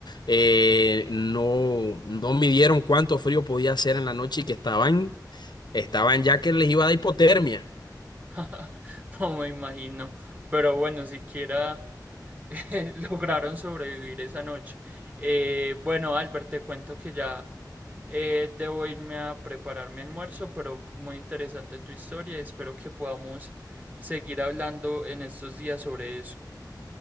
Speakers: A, on the left (about 75°); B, on the right (about 20°).
A: eh, no, no midieron cuánto frío podía hacer en la noche y que estaban, estaban ya que les iba a dar hipotermia.
B: <laughs> No me imagino. Pero bueno, siquiera... <laughs> Lograron sobrevivir esa noche. Eh, bueno, Albert, te cuento que ya eh, debo irme a preparar mi almuerzo, pero muy interesante tu historia. Espero que podamos seguir hablando en estos días sobre eso.